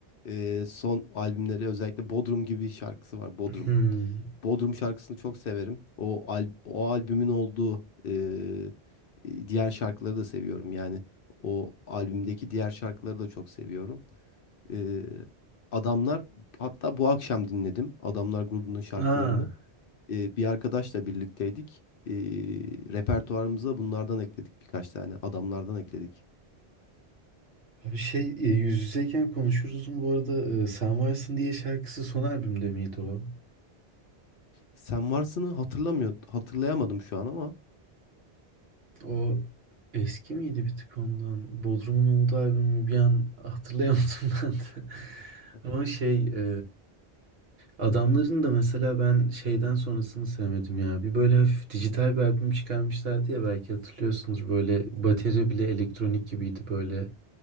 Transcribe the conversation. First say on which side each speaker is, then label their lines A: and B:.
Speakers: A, on the left; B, on the right.
A: E, son albümleri özellikle Bodrum gibi şarkısı var. Bodrum.
B: Hmm.
A: Bodrum şarkısını çok severim. O al o albümün olduğu e, diğer şarkıları da seviyorum. Yani o albümdeki diğer şarkıları da çok seviyorum. Ee, adamlar hatta bu akşam dinledim adamlar grubunun şarkılarını.
B: Ha.
A: Ee, bir arkadaşla birlikteydik. Ee, repertuarımıza bunlardan ekledik birkaç tane adamlardan ekledik.
B: Abi şey e, yüz yüzeyken konuşuruz mu bu arada e, Sen Varsın diye şarkısı son albümde miydi o?
A: Sen varsını hatırlamıyor hatırlayamadım şu an ama
B: O eski miydi bir tık ondan? Bodrum'un olduğu albümü bir an hatırlayamadım <laughs> ben de.
A: <laughs>
B: Ama şey e, Adamların da mesela ben şeyden sonrasını sevmedim ya. Bir böyle hafif dijital bir albüm çıkarmışlardı ya belki hatırlıyorsunuz. Böyle bateri bile elektronik gibiydi böyle.